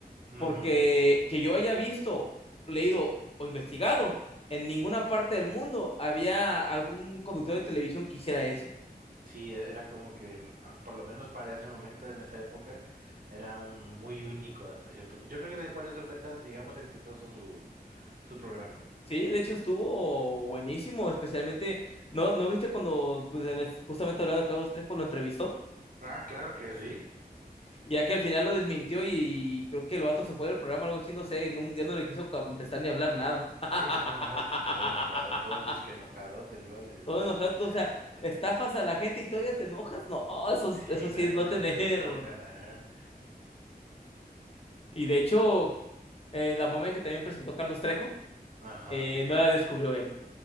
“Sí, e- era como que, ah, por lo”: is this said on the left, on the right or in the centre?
Right